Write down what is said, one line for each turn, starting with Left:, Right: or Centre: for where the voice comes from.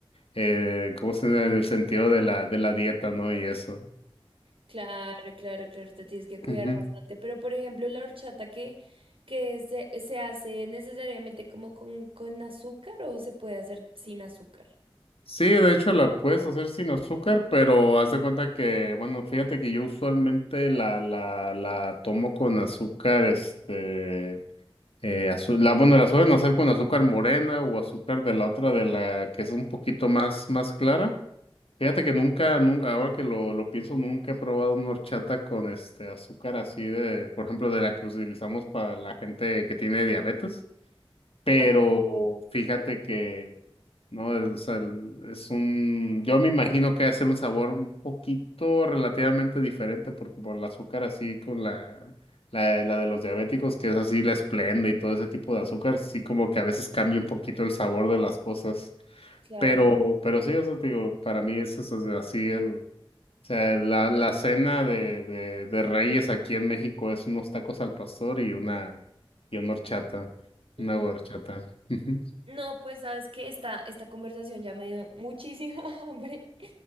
Left: eh, ¿cómo se dice? En el sentido de la, de la dieta, ¿no? Y eso.
Right: Claro, claro, claro, te tienes que cuidar
Left: Ujú.
Right: bastante. Pero, por ejemplo, la horchata que, que se, se hace necesariamente como con, con azúcar o se puede hacer sin azúcar.
Left: Sí, de hecho la puedes hacer sin azúcar, pero haz de cuenta que, bueno, fíjate que yo usualmente la, la, la tomo con azúcar, este, Eh, azu- la, bueno, la suelen hacer con azúcar morena o azúcar de la otra, de la que es un poquito más, más clara. Fíjate que nunca, nunca, ahora que lo, lo pienso, nunca he probado una horchata con este azúcar así de, por ejemplo, de la que utilizamos para la gente que tiene diabetes. Pero
Right: Ah,
Left: fíjate que no, es, o sea, el- es un, yo me imagino que va a ser un sabor un poquito relativamente diferente porque por el azúcar así con la, la, la de los diabéticos que es así la esplenda y todo ese tipo de azúcar, sí como que a veces cambia un poquito el sabor de las cosas,
Right: claro.
Left: pero, pero sí, o sea, te digo, para mí eso es así el, o sea, la, la cena de, de, de Reyes aquí en México es unos tacos al pastor y una, y una horchata,
Right: Mm,
Left: una horchata. <laughs>
Right: no, pues sabes que esta, esta conversación ya me dio muchísima <laughs> hambre.